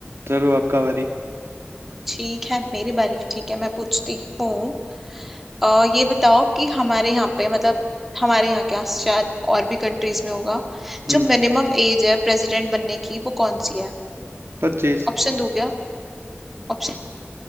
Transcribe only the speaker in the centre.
ठीक है मेरी बारी ठीक है मैं पूछती हूँ अ, ये बताओ कि हमारे यहाँ पे मतलब हमारे यहाँ क्या शायद और भी कंट्रीज में होगा
जो मिनिमम एज है प्रेसिडेंट बनने की वो कौन सी है
ऑप्शन दो क्या? ऑप्शन